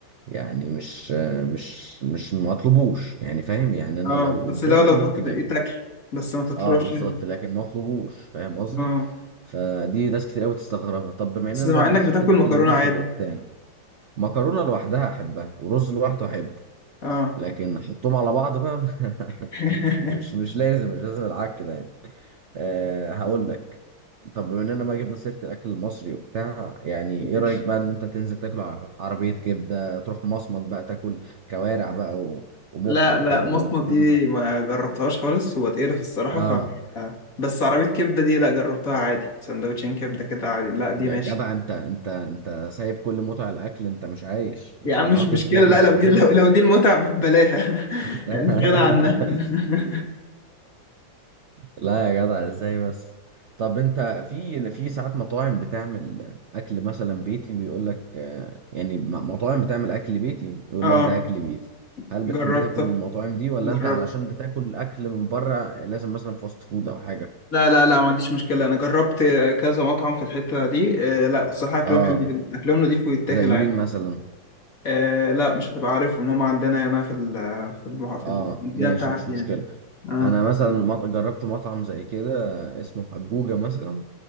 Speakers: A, on the right (about 80°); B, on the left (about 45°).
A: يعني مش مش مش مطلبوش يعني فاهم يعني انا
B: اه
A: لو
B: بس
A: قدامي
B: لو لو
A: ممكن
B: اتحطت ايه تاكل بس ما تطلعش
A: اه بالظبط لكن ما اطلبوش فاهم قصدي
B: اه
A: فدي ناس كتير قوي تستغربها طب بما
B: بس
A: اننا
B: مع
A: بقى جبنا
B: انك
A: سيره
B: بتاكل
A: الاكل
B: مكرونة
A: المصري
B: عادي
A: وبتاع مكرونه لوحدها احبها ورز لوحده احبه
B: اه
A: لكن احطهم على بعض بقى <laughs>
B: <laughs>
A: مش مش لازم مش لازم العك ده يعني أه هقول لك طب بما اننا بقى جبنا سيره الاكل المصري وبتاع يعني ايه
B: ماشي
A: رايك بقى ان انت تنزل تاكل ع- عربيه كبده تروح مصمت بقى تاكل كوارع بقى و- ومخ
B: لا
A: وك-
B: لا
A: والكلام
B: مصمت دي
A: ده
B: ما جربتهاش خالص وبتقرف الصراحة
A: اه
B: ف بس عربية كبدة دي لا جربتها عادي سندوتشين كبدة كده عادي لا دي
A: يا
B: ماشي
A: جدع انت انت انت سايب كل متع الاكل انت مش عايش يعني
B: يا عم
A: ما
B: مش
A: رحتش
B: مشكلة
A: مصمت
B: لا لو
A: قبل
B: دي
A: كده
B: لو, لو دي المتعة ببلاها <laughs>
A: <laughs>
B: يعني مش غنى عنها <laughs>
A: لا يا جدع ازاي بس طب انت في في ساعات مطاعم بتعمل اكل مثلا بيتي ويقول لك آه، يعني م- مطاعم بتعمل اكل بيتي يقول
B: اه
A: لك ده اكل بيتي هل بتحب
B: جربتها
A: تاكل من المطاعم دي ولا
B: جربت
A: انت علشان بتاكل اكل من بره لازم مثلا فاست فود او حاجه
B: لا لا لا ما عنديش مشكلة أنا جربت كذا مطعم في الحتة دي آه لا الصراحة أكلهم
A: اه
B: حلو جدا أكلهم نضيف ويتاكل
A: زي
B: عادي
A: مين مثلا
B: آه لا مش هتبقى عارفهم إن هم عندنا هنا في ال في المح... في
A: اه
B: المدينة
A: ماشي
B: بتاعك
A: مش
B: يعني
A: مشكلة
B: آه
A: انا مثلا مط- جربت مطعم زي كده اسمه حجوجة مثلا